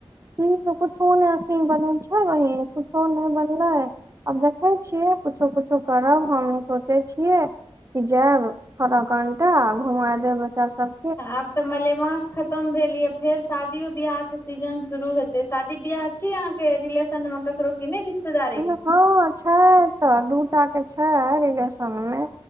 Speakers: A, on the right; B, on the left.
A: कुछो नय अखनी बनल छै बहिन कुछो नय बनले आब देखैत छियै किछो किछो करब हमहूँ सोचै छियै कि जायब फरा कंटा घुमा देब बच्चा सब
B: आब तऽ मलेमास खतम भेल यै फेर शादियो बियाह के सीजन शुरू हेते शादी बियाह छी अहाँ के रिलेशन मे करो किने रिश्तेदार
A: हँ छैय ऐत दू टा के छै रिलेशन मे